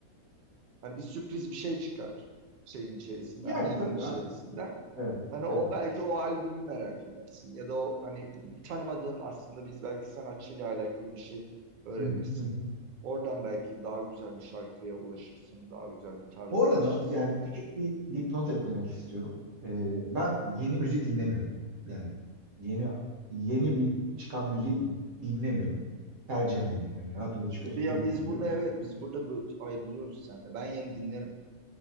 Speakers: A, on the right; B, on the right.
A: Hani bir sürpriz bir şey çıkar şeyin içerisinden,
B: Yani
A: bilginin
B: tabii.
A: içerisinden.
B: hayır. Evet.
A: Hani o
B: Evet.
A: belki o albümü merak edersin ya da o hani tanımadığın aslında biz belki sanatçıyla alakalı bir şey öğrenirsin.
B: Hı hı, hı hı.
A: Oradan belki daha güzel bir şarkıya ulaşırsın, daha güzel bir tarza
B: Bu arada
A: ulaşırsın.
B: yani küçük bir dipnot eklemek istiyorum. Ee, ben yeni müzik dinlemiyorum. Yani yeni yeni bir çıkan müziği dinlemiyorum. Tercihen dinlemiyorum. Radyoda çıkıyorsa
A: Ya
B: tabii
A: biz
B: ki dinliyorum
A: burada evet
B: da.
A: biz burada bu- ayrılıyoruz seninle. Ben yeni dinlerim.